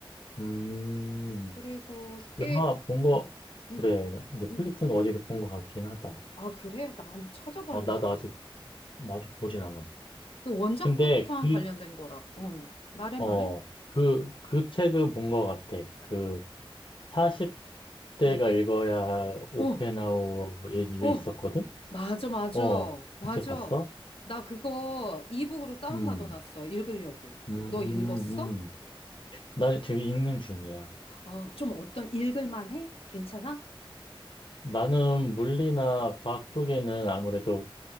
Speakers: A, on the left; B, on the left.
A: 음.
B: 그래서 꽤
A: 영화 본 거,
B: 음, 음,
A: 그래. 넷플릭스는
B: 음,
A: 어디서 본 거 같긴 하다.
B: 아, 그래? 나 한번 찾아봐야겠다.
A: 어, 나도 아직, 뭐 아직 보진 않았어.
B: 그 원자
A: 근데
B: 폭탄
A: 그,
B: 관련된 거라. 어. 말해,
A: 어,
B: 말해?
A: 그, 그 책은 본 거 같아. 그, 40대가
B: 응.
A: 읽어야 할 오펜하우어
B: 어,
A: 얘기가
B: 어.
A: 있었거든?
B: 맞아, 맞아.
A: 어,
B: 맞아.
A: 그 책 봤어?
B: 나 그거 이북으로 다운받아놨어.
A: 음,
B: 읽으려고.
A: 음,
B: 너 읽었어?
A: 음. 나 지금 읽는 중이야.
B: 아, 좀 어떤, 읽을만 해? 괜찮아?
A: 나는 물리나 과학 쪽에는 아무래도,